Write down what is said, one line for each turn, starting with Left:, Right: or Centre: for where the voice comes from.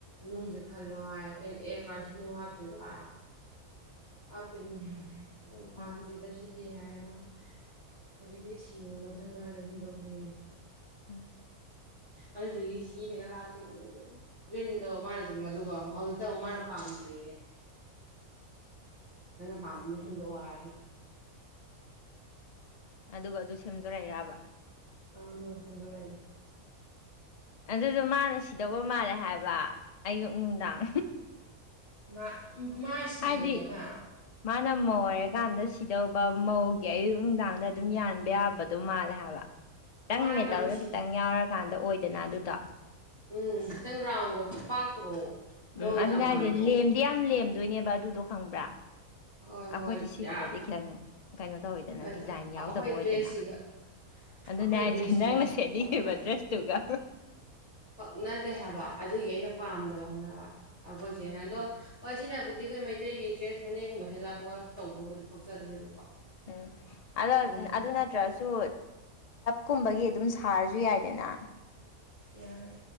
Right: ꯅꯨꯡꯁꯦ ꯈꯔ ꯈꯜꯂꯣ ꯍꯥꯏꯩꯅ ꯑꯦ ꯀꯔꯁꯤꯅꯅꯨꯡ ꯍꯥꯞꯇꯣꯏꯕ ꯍꯥꯞꯇꯣꯏꯅꯤ ꯍꯥꯏ ꯄꯥꯝꯗꯦꯗꯁꯤ
Left: ꯎꯝ
Right: ꯍꯥꯏ ꯑꯃ ꯍꯧꯖꯤꯛꯀꯤꯗꯤ ꯁꯤꯕ ꯃꯊꯪ ꯈꯔ ꯂꯩꯁꯤꯟꯗꯣꯛꯁꯤꯌꯦ
Left: ꯎꯝ
Right: ꯑꯗꯨꯗꯨꯒꯤ ꯍꯤ ꯍꯦꯛꯒ ꯂꯥꯛꯀꯈꯤꯕꯅꯦ ꯑꯗꯨ ꯒ꯭ꯔꯤꯟꯗꯣ ꯃꯥꯅꯁꯨ ꯑꯗꯨꯒꯗꯨ ꯃꯥꯅ ꯄꯝꯗꯔ꯭ꯦꯌꯦ ꯄꯝꯝꯕ ꯍꯤꯟꯗꯨ ꯍꯤꯟꯗꯨ ꯍ
Left: ꯑꯗꯨꯒ ꯑꯗꯨ ꯁꯦꯝꯗꯣꯔꯛ ꯑꯦꯔꯥꯕ
Right: ꯑ ꯗꯣꯁ ꯆꯗꯔꯏ
Left: ꯑꯗꯨꯗꯣ ꯃꯥꯅ ꯁꯤꯗꯧꯕ ꯃꯥꯜꯂꯦ ꯍꯥꯏꯕ ꯑꯌꯨꯛ ꯅꯨꯡꯗꯥꯡ
Right: ꯃꯥ ꯃꯥ ꯁꯤꯕꯅꯦ
Left: ꯑꯗꯤ
Right: ꯃꯥ
Left: ꯃꯥꯅꯃ ꯋꯥꯔ ꯀꯥꯟꯗ ꯁꯤꯗꯧꯕ ꯃꯧꯒꯤ ꯑꯌꯨꯛ ꯅꯨꯡꯗꯥꯡꯗ ꯑꯗꯨꯝ ꯌꯥꯟꯕ ꯌꯥꯕꯗꯣ ꯃꯥꯜꯂꯦ ꯍꯥꯏꯕ ꯈꯤꯇꯪ
Right: ꯃꯥꯅ
Left: ꯃꯦꯗꯜꯒ
Right: ꯑꯃ ꯁꯤꯁꯦ
Left: ꯈꯤꯇꯪ ꯌꯥꯎꯔꯀꯥꯟꯗ ꯑꯣꯏꯗꯅ ꯑꯗꯨꯗ
Right: ꯎꯝ ꯈꯤꯇꯪ ꯔꯥꯎꯟꯒ ꯄꯥꯛꯇ꯭ꯔꯣ ꯃꯧ
Left: ꯎꯝ ꯑꯗꯨꯅ
Right: ꯌꯥꯝ ꯃꯥꯟꯗ꯭ꯔꯣ
Left: ꯍꯥꯏꯁꯦ ꯂꯦꯝꯗꯤ ꯌꯥꯝ ꯂꯦꯝꯗꯣꯏꯅꯦꯕ ꯑꯗꯨꯗꯣ ꯈꯪꯕ꯭ꯔꯥ
Right: ꯍꯣꯏ
Left: ꯑꯩꯈꯣꯏꯗꯤ
Right: ꯍꯣꯏ
Left: ꯁꯤꯕꯗꯗꯤ
Right: ꯌꯥꯝ
Left: ꯈꯤꯇꯪ ꯀꯩꯅꯣ ꯇꯧꯋꯤꯗꯅ
Right: ꯑꯩꯈꯣꯏ
Left: ꯗꯤꯖꯥꯏꯟ ꯌꯥꯎꯗꯕ ꯑꯣꯏꯗꯅ
Right: ꯗ꯭ꯔꯦꯁꯁꯤꯒ
Left: ꯑꯗꯨꯅꯦ
Right: ꯑꯩꯈꯣꯏ
Left: ꯍꯥꯏꯁꯦ
Right: ꯗ꯭ꯔꯦꯁꯁꯤꯒ
Left: ꯅꯪꯅ ꯁꯦꯠꯅꯤꯡꯉꯦꯕ
Right: ꯄꯛꯅ
Left: ꯗ꯭ꯔꯦꯁꯇꯨꯒ
Right: ꯄꯛꯅꯗꯦ ꯍꯥꯏꯕ ꯑꯗꯨꯒꯤ ꯑꯩꯅ ꯄꯥꯝꯗꯕ ꯈꯪꯉꯕ ꯑꯩꯈꯣꯏꯁ ꯑꯗꯣ ꯍ ꯁꯤꯅꯕꯨꯗꯤ ꯑꯩꯈꯣꯏ ꯃꯩꯇꯩꯒꯤ ꯗ꯭ꯔꯦꯁ ꯐꯅꯦꯛꯒꯨꯝꯕꯁꯦ ꯂꯥꯛ ꯈꯣꯠꯂ ꯇꯧꯕꯕꯨꯗꯤ ꯄꯛꯆꯗꯣꯔꯤꯕꯀꯣ
Left: ꯎꯝ ꯑꯗ
Right: ꯑꯗꯣ
Left: ꯑꯗꯨ ꯅꯠꯇ꯭ꯔꯁꯨ ꯀꯨꯝꯕꯒꯤ ꯑꯗꯨꯝ ꯁꯥꯔꯁꯨ ꯌꯥꯏꯗꯅ
Right: ꯌꯥꯔ